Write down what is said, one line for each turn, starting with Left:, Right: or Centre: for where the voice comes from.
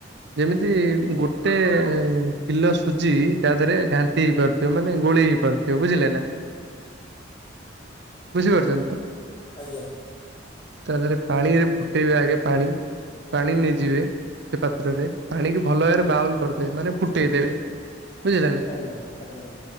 Right: ଯେମିତି ଗୋଟେ କିଲ ସୁଜି ତା ଦେହରେ ଘାଣ୍ଟି ହେଇପାରୁଥିବ ମାନେ ଗୋଳି ହେଇ ପାରୁଥିବ ବୁଝିଲେ ନା? ବୁଝିପାରୁଛନ୍ତି ତ?
Left: ଆଜ୍ଞା।
Right: ତା ଦେହରେ ପାଣିରେ ଫୁଟେଇବେ ଆଗେ ପାଣି। ପାଣି ନେଇଯିବେ ସେ ପାତ୍ରରେ ପାଣିକୁ ଭଲ ଭାବରେ ବାଉଲ କରିଦେବେ ମାନେ ଫୁଟେଇଦବେ। ବୁଝିଲେ ନା?
Left: ଆଜ୍ଞା ଆଜ୍ଞା